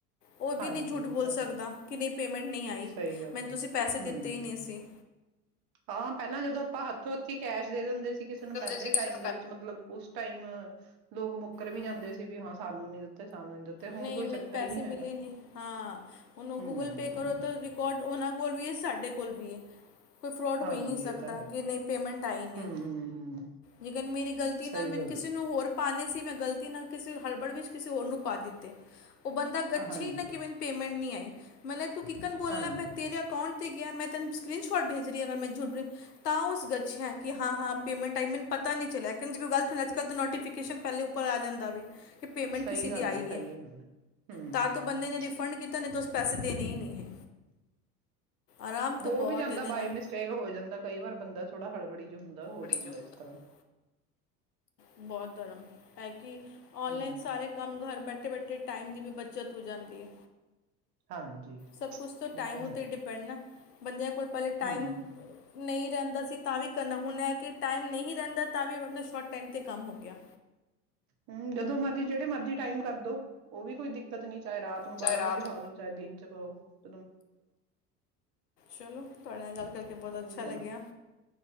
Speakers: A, on the left; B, on the right.
A: ਓਹ
B: ਹਾਂਜੀ
A: ਵੀ ਨਹੀਂ ਝੂਠ
B: ਇਹ
A: ਬੋਲ
B: ਤਾਂ
A: ਸਕਦਾ
B: ਹੈ
A: ਕਿ ਨਹੀਂ ਪੇਮੈਂਟ ਨਹੀਂ ਆਈ
B: ਸਹੀ ਗੱਲ
A: ਮੈਨੂੰ
B: ਹੈ
A: ਤੁਸੀਂ ਪੈਸੇ
B: ਹਮ
A: ਦਿੱਤੇ ਹੀ ਨਹੀਂ ਸੀ।
B: ਹਾਂ ਪਹਿਲਾਂ ਜਦੋਂ ਆਪਾਂ ਹੱਥੋਂ ਹੱਥੀ ਕੈਸ਼ ਦੇ ਦਿੰਦੇ ਸੀ। ਕਿਸੇ ਨੂੰ
A: ਹੁੰਦੇ
B: ਪਹਿਲੇ
A: ਸੀ ਕਿਸੇ
B: ਟਾਈਮ ਦੇ ਵਿੱਚ ਮਤਲਬ ਉਸ ਟਾਈਮ ਲੋਕ ਮੁੱਕਰ ਵੀ
A: ਹੁੰ,
B: ਜਾਂਦੇ ਸੀ ਵੀ ਹਾਂ ਸਾਨੂੰ ਨੀ ਦਿੱਤੇ ਸਾਨੂੰ ਨੀ ਦਿੱਤੇ ਹੁਣ
A: ਨਹੀਂ
B: ਕੋਈ
A: ਮੈਨੂੰ
B: ਚੱਕਰ
A: ਪੈਸੇ
B: ਹੀ ਨਹੀਂ
A: ਮਿਲੇ
B: ਹੈਗਾ
A: ਨੀ ਹਾਂ ਓਨੂੰ
B: ਹਮ
A: ਗੂਗਲ ਪੇ ਕਰੋ, ਤਾਂ ਰਿਕਾਡ ਔਨਾਂ ਕੋਲ ਵੀ ਏ ਸਾਡੇ ਕੋਲ ਵੀ ਏ। ਕੋਈ ਫਰੋਡ ਹੋ
B: ਹਾਂਜੀ
A: ਹੀ ਨਹੀਂ ਸਕਦਾ
B: ਇਹ ਤਾਂ ਹੈ
A: ਕਿ ਨਹੀਂ ਪੇਮੈਂਟ ਆਈ ਨਹੀਂ
B: ਹਮ
A: ਲੇਕਿਨ ਮੇਰੀ ਗਲਤੀ
B: ਸਹੀ
A: ਨਾਲ ਮੈਨੂੰ
B: ਗੱਲ
A: ਕਿਸੇ
B: ਹੈ
A: ਨੂੰ ਹੋਰ ਪਾਉਣੇ ਸੀ ਮੈਂ ਗ਼ਲਤੀ ਨਾਲ ਕਿਸੇ ਹੜਬੜ ਵਿੱਚ ਕਿਸੇ ਹੋਰ ਨੂੰ ਪਾ ਦਿੱਤੇ। ਓਹ ਬੰਦਾ ਗੱਛੇ
B: ਹਾਂਜੀ
A: ਹੀ ਨਾ ਕਿ ਮੈਨੂੰ ਪੇਮੈਂਟ ਨਹੀਂ ਆਈ ਮਲਬ ਤੂੰ ਕਿਕਨ ਬੋਲਨਾ
B: ਹਾਂਜੀ
A: ਪਿਆ ਤੇਰੇ ਅਕਾਊਂਟ ਤੇ ਗਿਆ, ਮੈਂ ਤੁੈਨੂੰ ਸਕਰੀਨ ਸ਼ੋਟ ਭੇਜ ਰਹੀ ਆਂ ਅਗਰ ਮੈਂ ਝੂਠ ਬੋਲ ਰਹੀ ਆ, ਤਾਂ ਉਸ ਗਛਿਆ ਕਿ ਹਾਂ ਹਾਂ ਪੇਮੈਂਟ ਆਈ ਮੈਨ ਪਤਾ ਨਹੀਂ ਚਲਿਆ <unintelligible> ਨੋਟੀਫਿਕੇਸ਼ਨ ਪਹਿਲੇ ਉਪਰ ਪਰ ਆ ਜਾਂਦਾ ਵੇ। ਕਿ ਪੇਮੈਂਟ
B: ਸਹੀ
A: ਕਿਸੇ
B: ਗੱਲ
A: ਦੀ ਆਈ
B: ਹੈ, ਸਹੀ ਗੱਲ ਹੈ ਹੁੰ
A: ਤਾਂ ਤੋਂ ਬੰਦੇ ਨੇ ਰਿਫੰਡ ਕੀਤਾ ਨਹੀਂ ਤਾਂ ਉਸ ਪੈਸੇ ਦੇਣੇ ਹੀ ਨਹੀਂ ਹੈ ਆਰਾਮ ਤਾਂ
B: ਹੋ
A: ਬਹੁਤ
B: ਵੀ ਜਾਂਦਾ
A: ਇਹਦੇ
B: ਬਾਏ
A: ਨਾਲ
B: ਮਿਸਟੇਕ ਹੋ ਜਾਂਦਾ ਕਈ ਵਾਰ ਬੰਦਾ ਥੋੜਾ ਹੜਬੜੀ ਹੁੰਦਾ, ਹੋ
A: ਬੜੀ
B: ਜਾਂਦਾ
A: ਜੋ ਹੁੰਦਾ
B: ਇਸ ਤਰ੍ਹਾਂ।
A: ਬਹੁਤ ਧਰਮ, ਹੈ ਕਿ ਔਨਲਾਈਨ
B: ਹਮ
A: ਸਾਰੇ ਕੰਮ ਘਰ ਬੈਠੇ-ਬੈਠੇ ਤੇ ਟਾਈਮ ਦੀ ਵੀ ਬੱਚਤ ਹੋ ਜਾਂਦੀ ਏ।
B: ਹਾਂਜੀ
A: ਸਭ ਕੁਛ ਤੋਂ
B: ਇਹ
A: ਟਾਈਮ
B: ਤਾਂ ਹੈ
A: ਉਤੇ ਡਿਪੈਂਡ ਏ। ਬੰਦਿਆਂ ਪਹਿਲੇ
B: ਹਮ
A: ਟਾਈਮ ਨਹੀਂ ਰਹਿੰਦਾ ਸੀ ਤਾਂ ਵੀ ਕਰਨਾ ਹੁਣ ਏ ਕਿ ਟਾਈਮ ਨਹੀਂ ਰਹਿੰਦਾ ਤਾਂ ਵੀ ਮਤਲਬ। ਬਟ ਟਾਈਮ 'ਤੇ ਕੰਮ ਹੋ ਗਿਆ।
B: ਹਮ ਜਦੋਂ ਮਰਜੀ ਜਿਹੜੇ ਮਰਜੀ ਟਾਈਮ ਕਰਦੋ ਉਹ ਵੀ ਕੋਈ ਦਿੱਕਤ ਨੀ। ਚਾਹੇ ਰਾਤ ਨੂੰ
A: ਚਾਹੇ
B: ਬਾਰਾਂ
A: ਰਾਤ
B: ਵਜੇ ਉਠਾ ਦੋ ਦਿਨ ਚ ਚਾਰ <unintelligible>
A: ਚਲੋ ਤੁਹਾਡੇ ਨਾਲ ਕਰਕੇ ਗੱਲ ਬਹੁਤ
B: ਉਹੀ
A: ਅੱਛਾ
B: ਹੈ
A: ਲੱਗਿਆ
B: ਨਾ